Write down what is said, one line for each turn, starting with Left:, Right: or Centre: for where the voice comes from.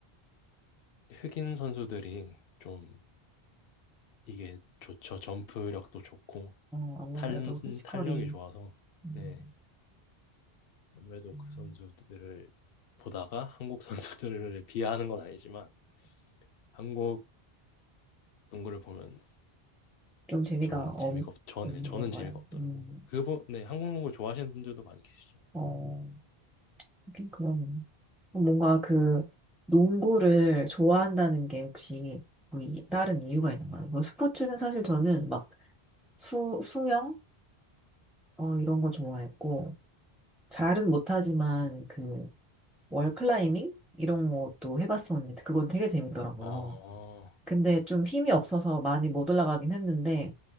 Left: 흑인 선수들이 좀 이게 좋죠. 점프력도 좋고
Centre: 어, 아무래도
Left: 탄,
Centre: 피지컬이
Left: 탄력이 좋아서
Centre: 음,
Left: 네. 아무래도
Centre: 음.
Left: 그 선수들을 보다가 한국 선수들을 <laughs> 비하하는 건 아니지만 한국 농구를 보면
Centre: 좀 재미가
Left: 저는
Centre: 없,
Left: 재미가 없, 저는,
Centre: 없는
Left: 네, 저는
Centre: 거예요.
Left: 재미가 없더라고요.
Centre: 음,
Left: 뭐 그분, 네, 한국 농구 좋아하시는 분들도 많이 계시죠.
Centre: 어, 하긴 그런 뭔가 그 농구를 좋아한다는 게 혹시 뭐 이- 다른 이유가 있는가요? 뭐 스포츠는 사실 저는 막 수, 수영? 어, 이런 거 좋아했고, 잘은 못하지만 그 월클라이밍? 이런 것도 해봤었는데, 그건 되게 재밌더라고요.
Left: 어,
Centre: 근데 좀 힘이 없어서 많이 못 올라가긴 했는데,